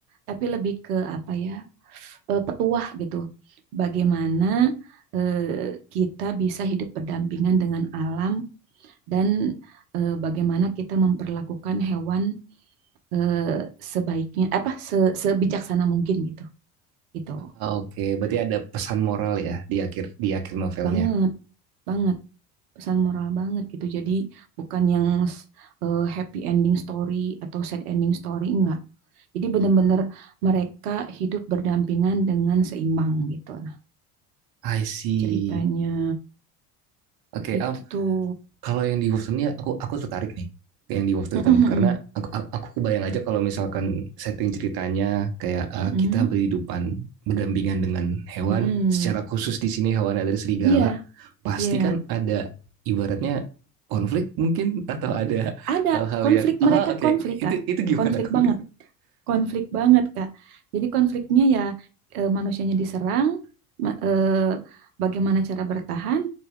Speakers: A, on the right; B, on the right.
A: tapi lebih ke apa ya? eh, petuah gitu. Bagaimana eh, kita bisa hidup berdampingan dengan alam dan eh, bagaimana kita memperlakukan hewan eh, sebaiknya apa se- sebijaksana mungkin gitu. Gitu.
B: Ah, Oke, berarti ada pesan moral ya di akhir di akhir novelnya.
A: Banget, banget pesan moral banget gitu. Jadi bukan yang eh, happy ending story atau sad ending story enggak. Jadi benar-benar mereka hidup berdampingan dengan seimbang gitu lah
B: I see.
A: ceritanya.
B: Oke,
A: Gitu
B: am,
A: tuh.
B: kalau yang di Wolverton ya aku aku tertarik nih ke yang di Wolverton
A: Mm-mm-mm.
B: karena aku aku aku kebayang aja kalau misalkan setting ceritanya kayak eh,
A: Mm-mm,
B: kita berhidupan berdampingan dengan hewan,
A: mm-mm.
B: secara khusus di sini hewannya dari serigala,
A: Iya,
B: pasti
A: iya.
B: kan ada ibaratnya konflik mungkin atau ada
A: Ada
B: hal-hal
A: konflik
B: yang
A: mereka
B: ah oke
A: konflik,
B: itu
A: Kak.
B: itu
A: Konflik
B: gimana? <laughs>
A: banget, konflik banget, Kak. Jadi konfliknya ya eh, manusianya diserang, ma- eh, bagaimana cara bertahan,